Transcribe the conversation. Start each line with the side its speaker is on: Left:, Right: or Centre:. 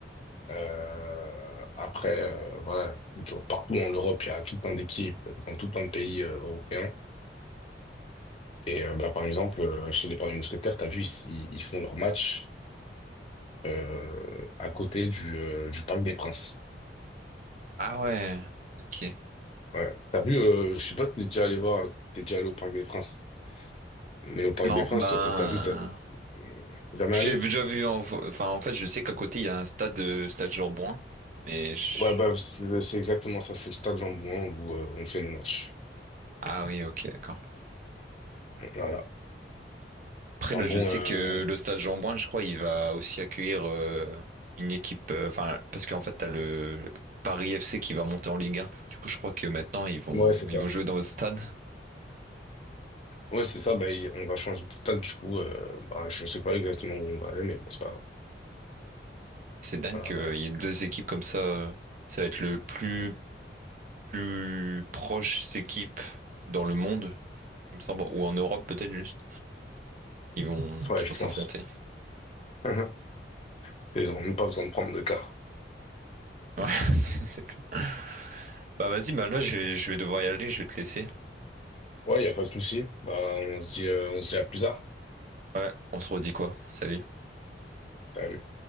Left: Euh, après, euh, voilà, genre partout en Europe, il y a tout plein d'équipes, euh, dans tout plein de pays euh, européens. Et euh, bah, par exemple, euh, chez les Paris Mousquetaires, t'as vu, ils, ils- ils font leur match euh, à côté du, euh, du Parc des Princes.
Right: Ah ouais. Ok.
Left: Ouais. Tu vu, euh, je sais pas si t'es déjà allé voir, t'es déjà allé au Parc des Princes. Mais au Parc
Right: Non,
Left: des Princes,
Right: ben.
Left: t'as as, vu, t'as- euh, jamais
Right: J'ai
Left: allé?
Right: déjà vu en... Enfin, en fait, je sais qu'à côté, il y a un stade, euh, stade Jean-Bouin. Mais je-
Left: Ouais, bah, c'est c'est exactement ça. C'est le stade Jean-Bouin où euh, on fait nos matchs.
Right: Ah oui, ok, d'accord.
Left: Voilà.
Right: Après,
Left: Enfin
Right: là, je
Left: bon,
Right: sais
Left: euh,
Right: que le stade Jean-Bouin, je crois, il va aussi accueillir euh, une équipe... euh, Enfin, parce qu'en fait, t'as le Paris FC qui va monter en Ligue 1. Du coup, je crois que maintenant, ils vont,
Left: Ouais, c'est ça.
Right: ils vont jouer dans le stade.
Left: Ouais, c'est ça. Bah, il- on va changer de stade, du coup. Euh, bah, je sais pas exactement où on va aller, mais bon, c'est pas grave.
Right: C'est dingue
Left: Voilà,
Right: qu'il
Left: voilà.
Right: y ait deux équipes comme ça. euh, Ça va être le plus, plus proche équipe dans le monde, il me semble, ou en Europe peut-être juste. Ils vont,
Left: Ouais,
Right: qui
Left: je
Right: vont s'affronter.
Left: pense. <laughs> Ils ont même pas besoin de prendre de car.
Right: Ouais, <laughs> c'est clair. Bah vas-y, bah là je vais, je vais devoir y aller, je vais te laisser.
Left: Ouais, y a pas de souci. Bah, on se dit, euh, on se dit à plus tard.
Right: Ouais, on se redit quoi? Salut.
Left: Salut.